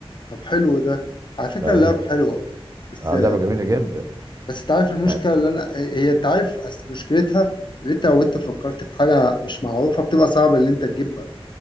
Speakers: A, on the left; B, on the right.
A: طب حلو ده على فكرة
B: ده
A: اللعبة
B: ايه
A: حلوة بس
B: آه، لعبه جميله جدا
A: بس تعرف المشكلة
B: يعني
A: اللي أنا هي أنت عارف أس- مشكلتها اللي أنت لو أنت فكرت في حاجة مش معروفة بتبقى صعب اللي أنت تجيبها